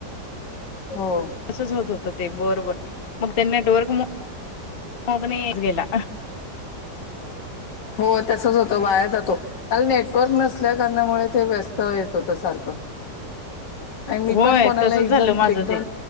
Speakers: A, on the left; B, on the left.
A: हो.
B: त होत होत ते बरोबर मग नेटवर्क मोठ मग गेला.
A: हो तसच होतं वाया जातो. काल नेटवर्क नसल्या कारणामुळे ते व्यस्त येत होत सारखं. आणि मी
B: होय
A: पण कोणाला
B: तसच
A: एक
B: झालं
A: जण
B: माझं
A: एक दोन
B: ते